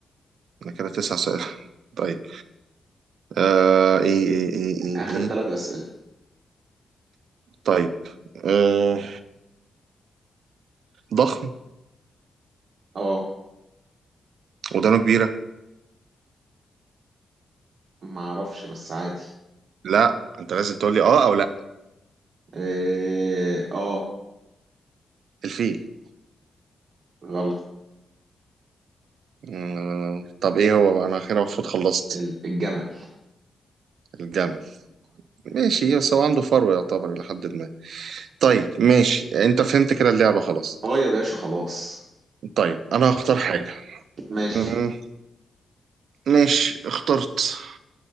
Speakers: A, on the right (about 75°); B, on the right (about 50°).
A: ده كده تسع سؤال <laughs> طيب آه ايه ايه ايه ايه
B: آخر
A: ايه
B: ثلاث أسئلة
A: طيب آه ضخم
B: اه
A: ودانه كبيرة
B: ما اعرفش بس عادي
A: لا انت لازم تقول لي اه او لا
B: إيه، اه
A: الفيل
B: غلط
A: مم. طب ايه هو بقى انا اخيرا المفروض خلصت
B: ال- الجمل
A: الجمل ماشي بس هو عنده فرو يعتبر الى حد ما طيب ماشي انت فهمت كده اللعبة خلاص
B: اه يا باشا خلاص
A: طيب انا هختار حاجة
B: ماشي
A: مم. ماشي اخترت